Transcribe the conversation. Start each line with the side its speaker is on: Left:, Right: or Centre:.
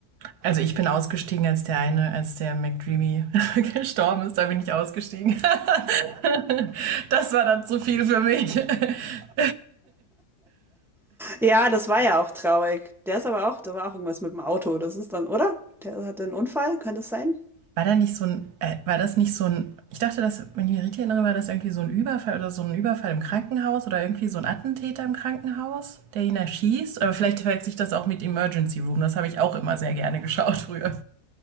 Right: also ich bin ausgestiegen, als der eine, als der McDreamy <laughs> gestorben ist, da bin ich ausgestiegen. <laughs> Das war dann zu viel für mich. <laughs>
Centre: Ja, das war ja auch traurig. Der ist aber auch da war auch irgendwas mit dem Auto. Das ist dann oder? Der hatte einen Unfall, kann das sein?
Right: War da nicht so ein, äh, war das nicht so ein, ich dachte, dass, wenn ich mich richtig erinnere, war das irgendwie so ein Überfall oder so ein Überfall im Krankenhaus oder irgendwie so ein Attentäter im Krankenhaus, der ihn erschießt. Aber vielleicht verwechselt sich das auch mit Emergency Room. Das habe ich auch immer sehr gerne geschaut früher.